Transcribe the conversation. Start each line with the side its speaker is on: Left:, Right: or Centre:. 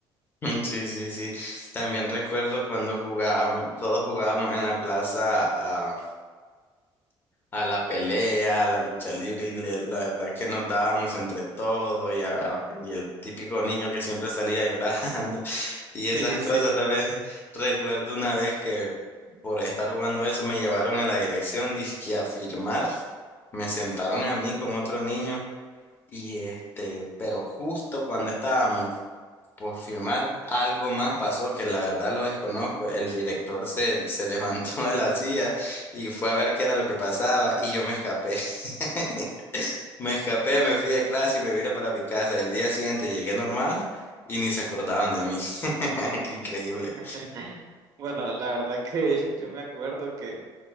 Left: Mm, Sí, sí, sí. También recuerdo cuando jugábamos, todos jugábamos en la plaza a, a la pelea, a la lucha libre, y le- la verdad que nos dábamos entre todos y, a- y el típico niño que siempre salía <laughs> llorando. Y
Right: Sí,
Left: esas cosas
Right: sí.
Left: también <laughs> recuerdo una vez que por estar jugando eso me llevaron a la dirección, dizque a firmar, me sentaron a mí con otro niño y este, pero justo cuando estábamos por firmar, algo más pasó que la verdad lo desconozco, el director se, se levantó de la silla y fue a ver qué era lo que pasaba y yo me escapé. <laughs> Me escapé, me fui de clase y me vine para mi casa. Y el día siguiente llegué normal y ni se acordaban de mí. <laughs> Qué increíble.
Right: <laughs> Bueno, la verdad <laughs> que yo me acuerdo que